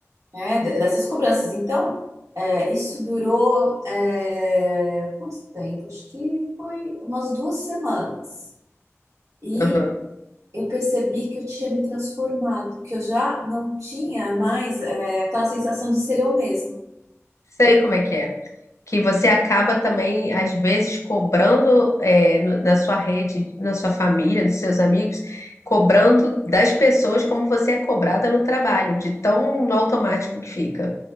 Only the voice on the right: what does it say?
É, de- dessas cobranças. Então, é, isso durou, é, quanto tempo? Acho que foi umas duas semanas. E
eu percebi que eu tinha me transformado, que eu já não tinha mais, é, aquela sensação de ser eu mesma.